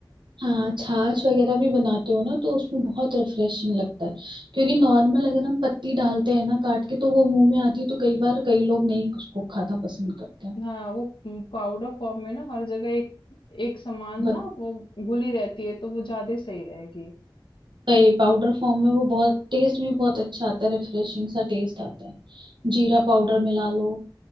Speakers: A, on the right; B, on the left.
A: हाँ छाछ वगैरह भी बनाते हो ना तो उसमें बहुत रिफ्रेशिंग लगता है क्योंकि नॉर्मल अगर हम पत्ती डालते हैं ना काट के तो वो मुंह में आती है तो कई बार कई लोग नहीं उसको खाना पसंद करते हैं
B: हाँ वो पाउडर फॉर्म में ना हर जगह एक एक समान
A: बट
B: ना वो घुली रहती है तो वो ज्यादा सही रहेगी
A: कई पाउडर फॉर्म में वो बहुत टेस्ट भी बहुत अच्छा आता है रिफ्रेशिंग सा टेस्ट आता है जीरा पाउडर मिला लो